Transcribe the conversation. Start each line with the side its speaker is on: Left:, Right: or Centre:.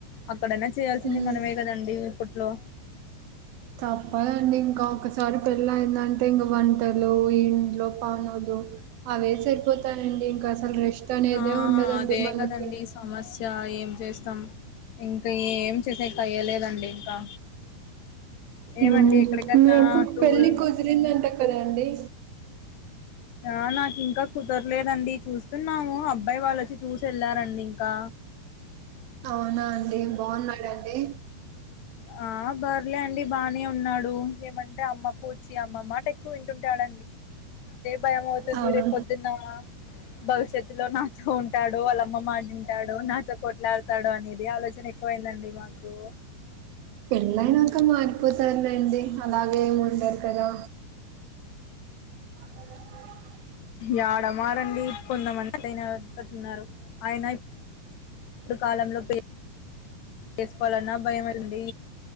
Left: అక్కడైనా చేయాల్సింది
Right: ఉమ్
Left: మనమే కదండి ఇప్పట్లో
Right: తప్పదండి ఇంకా ఒకసారి పెళ్ళయిందంటే ఇంక వంటలు ఇంట్లో పనులు అవే సరిపోతానండి ఇంకా అసలు రెస్ట్ అనేదే
Left: ఆ
Right: ఉండదండి
Left: అదే
Right: మనకి
Left: కదండి సమస్య ఏం చేస్తాం ఇంకా ఏం చేసేక అయ్యలేదండి ఇంకా ఏమండి
Right: ఉమ్
Left: ఎక్కడికన్నా
Right: మీ అక్కకు
Left: టూర్
Right: పెళ్లిి కుదిరిందంట కదండీ
Left: ఆ నాకు ఇంకా కుదరలేదండి చూస్తున్నాము అబ్బాయి వాళ్ళొచ్చి చూసి వెళ్ళారండి ఇంకా
Right: అవునా అండి బాగున్నాడండి
Left: హు ఆ బర్లే అండి బాగానే ఉన్నాడు ఏమంటే అమ్మకూచి అమ్మ మాట ఎక్కువ వింటుంటాడు భయం అవుతుంది
Right: అవును
Left: రేపు పొద్దున్నా భవిష్యత్తులో నాతో ఉంటాడో వాళ్ళమ్మ మాట ఉంటాడో నాతో కొట్లాడతాడో అనేది ఆలోచన పోయిందండి మాకు
Right: పెళ్ళైనాక మారిపోతారులేండి అలాగే ఏమి ఉండరు కదా అద
Left: యాడమాడండి కొంతమంది అయినాతున్నారు ఆయన ముందు కాలంలో పే చేసుకోవాలన్నా భయమైంది